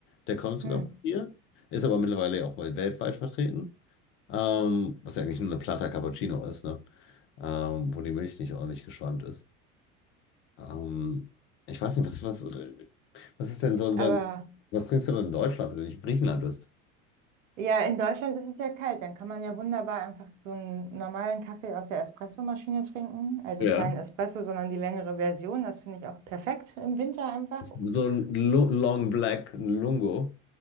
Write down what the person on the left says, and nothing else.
Der kommt sogar
von hier, ist aber mittlerweile auch wohl weltweit vertreten. Ähm, was ja eigentlich nur eine Plata Cappuccino ist, ne? Ähm, wo die Milch nicht ordentlich geschäumt ist. Ähm, ich weiß nicht, was, was, was ist denn so ein,
dein- was trinkst du denn in Deutschland, wenn du nicht in Griechenland bist?
Ja,
So ein Lu- Long Black, ein Lungo.